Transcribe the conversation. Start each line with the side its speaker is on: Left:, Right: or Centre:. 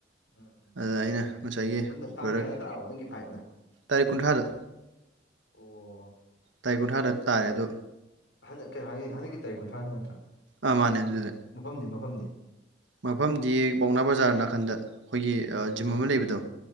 Left: ꯎꯝ ꯎꯝ
Right: ꯑꯗꯨꯗ ꯑꯩꯅ ꯉꯁꯥꯏꯒꯤ
Left: ꯎꯟꯗ ꯇꯥꯡ
Right: ꯕ꯭ꯔꯗꯔ
Left: ꯀꯌꯥꯗ ꯇꯥꯔꯕ ꯅꯪꯒꯤ ꯐꯥꯏꯠꯅ
Right: ꯇꯥꯔꯤꯛ ꯀꯨꯟꯊ꯭ꯔꯗ
Left: ꯑꯣ
Right: ꯇꯥꯥꯏ ꯀꯨꯟꯊ꯭ꯔꯥꯗ ꯇꯔꯦ ꯑꯗꯨ
Left: ꯍ ꯍꯅ ꯍꯟꯗꯀꯤ ꯇꯥꯔꯤꯛ ꯀꯨꯟꯊ꯭ꯔꯥ ꯅꯠꯇ꯭ꯔꯥ
Right: ꯑ ꯃꯥꯅꯦ ꯑꯗꯨꯗ
Left: ꯃꯐꯝꯗꯤ ꯃꯐꯝꯗꯤ
Right: ꯃꯐꯝꯗꯤ ꯄꯥꯎꯅꯥ ꯕꯖꯥꯔ ꯅꯥꯀꯟꯗ ꯑꯩꯈꯣꯏꯒꯤ
Left: ꯑꯣ
Right: ꯖꯤꯝ ꯑꯃ ꯂꯩꯕꯗꯣ